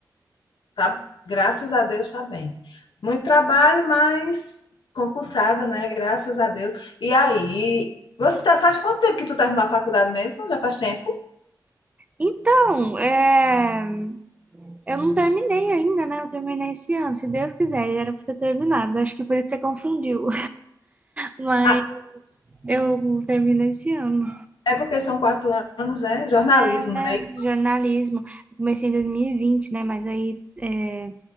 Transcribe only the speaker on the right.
Então, é... eu não terminei ainda, né? Eu terminei esse ano, se Deus quiser, já era pra ter terminado. Acho que por isso você confundiu. Mas
eu termino esse ano.
É,
jornalismo. Eu comecei em dois mil e vinte né? Mas aí, é,